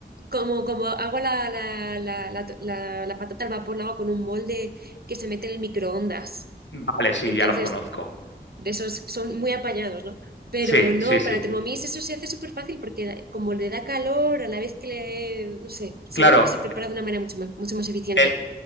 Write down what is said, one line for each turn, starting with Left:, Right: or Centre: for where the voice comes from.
Right: Como, como hago la, la, la, la, la- la patata al vapor, la hago con un molde que se mete en el microondas.
Left: Vale, sí,
Right: Entonces
Left: ya los conozco.
Right: de esos son muy apañados, ¿no? Pero
Left: Sí,
Right: no,
Left: sí, sí.
Right: con la Thermomix eso se hace súper fácil porque como le da calor, a la vez que le, no sé, seguro
Left: Claro,
Right: que se prepara de una manera mucho más, mucho más eficiente.
Left: el,